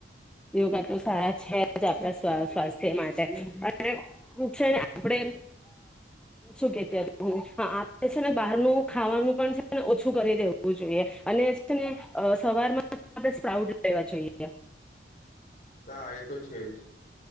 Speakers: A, in the centre; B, on the left.
A: યોગા તો સારા છે જ આપણા સ્વાસ્થ્ય માટે અને છે ને આપણે શું કેતી આપણે છે ને બહારનું ખાવાનું છું ઓછું કરી દેવું જોઈએ અને છે ને સવારમાં સ્પ્રાઉડ લેવા જોઈએ.
B: હા, એતો છેજ.